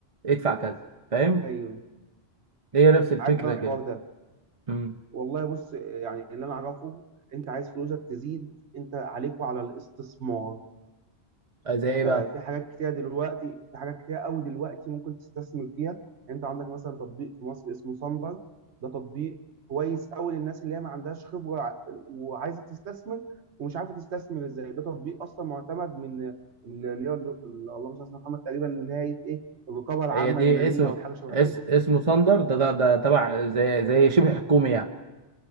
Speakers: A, on the right; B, on the right.
A: ادفع كذا فاهم
B: ايوه
A: هي نفس الفكره
B: عارف انا
A: كده
B: الحوار ده
A: امم
B: والله بص يعني اللي انا اعرفه انت عايز فلوسك تزيد انت عليك وعلى الاستثمار
A: زي ايه بقى
B: آه، في حاجات كتيرة دلوقتي في حاجات كتيرة قوي دلوقتي ممكن تستثمر فيها يعني انت عندك مثلا تطبيق في مصر اسمه سنبل ده تطبيق كويس قوي للناس اللي هي ما عندهاش خبرة ع- وعايزة تستثمر ومش عارفة تستثمر ازاي ده تطبيق اصلا معتمد من اللي هي اللهم صل على سيدنا محمد تقريبا اللي هي ايه الرقابة العامة
A: هي دي
B: المالية
A: اسم
B: او حاجة شبه
A: اس
B: كده
A: اسمه ثاندر ده ده ده تبع زي زي شبه حكومي يعني